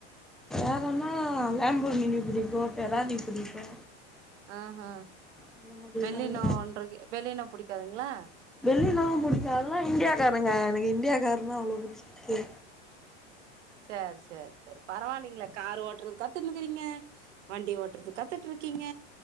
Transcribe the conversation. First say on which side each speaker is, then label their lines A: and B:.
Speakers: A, in the centre; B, on the right.
A: வேறனா லேம்போ மினி புடிக்கு பெராரி புடிக்கு
B: ஆ
A: அந்த மாதிரி
B: பெள்ளினோஒன்றைக்
A: நெறைய
B: பெள்ளினோ புடிக்காதுங்ளா
A: பெள்ளினோ புடிக்கா அதெல்லா இந்தியாக்காருங்க எனக்கு இந்தியாக்காருனா அவ்ளவு புடிச்சுக்கே
B: சேரி சேரி சேரி பரவாலைங்ளே காரு ஓட்டறது கத்துன்னுக்கறீங்க வண்டி ஓட்டறது கத்துட்டு இருக்கீங்க